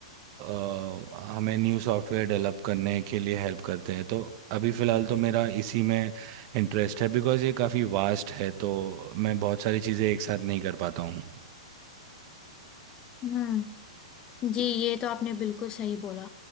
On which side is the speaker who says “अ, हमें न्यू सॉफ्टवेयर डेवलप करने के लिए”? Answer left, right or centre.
Right